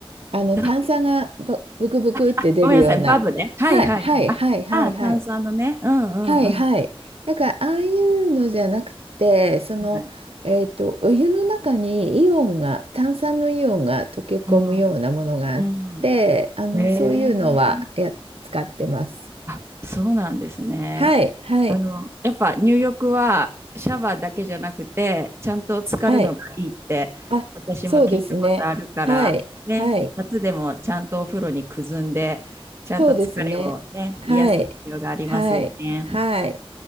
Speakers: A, on the right (about 75°); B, on the right (about 25°).
A: あの、
B: ダブ
A: 炭酸がブブクブクって出るような。
B: <laughs> ごめんなさい、バブね。はいはいはい。
A: はい、はい、はい、はい、
B: あ、あ炭酸のね。
A: はい。
B: うんうんうん。
A: はいはい。だからああいうのじゃなくて、その、
B: はい。
A: えっと、お湯の中にイオンが、炭酸のイオンが溶け込むようなものがあって、
B: うんうん。
A: あの、
B: ねえ。
A: そういうのはや、使ってます。
B: あ、そうなんですね。
A: はい、はい、
B: あの、やっぱ入浴はシャワーだけじゃなくて、ちゃんと浸かるのがいいって、
A: はい。あ、
B: 私も聞いたことあるから、
A: そうですね。はい、
B: ね、
A: はい。
B: 夏でもちゃんとお風呂にくずんで、ちゃんと疲れをね、
A: そうですね。はい、
B: 癒す必要がありますよね。
A: はい、はい。